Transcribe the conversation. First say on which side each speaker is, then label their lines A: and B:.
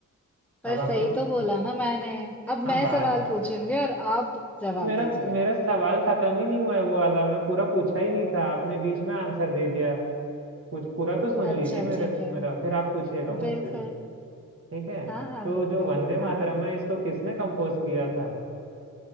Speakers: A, in the centre; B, on the right.
A: पर
B: अब
A: सही
B: आपको स...
A: तो बोला ना मैंने अब
B: हाँ
A: मैं
B: बात
A: सवाल पूछूंगी और आप जवाब
B: तो मेरा
A: दीजिएगा
B: मेरा सवाल खत्म ही नहीं हुआ है वो वाला मैं पूरा पूछा ही नहीं था आपने बीच में आंसर दे दिया कुछ पूरा तो सुन
A: अच्छा
B: लीजिए मेरे
A: ठीक है
B: मेरा फिर आप पूछिएगा मुझसे
A: बिल्कुल
B: ठीक है
A: हाँ हाँ
B: तो
A: बिल्कुल
B: जो वंदे मातरम
A: हाँ
B: है इसको किसने कंपोज किया था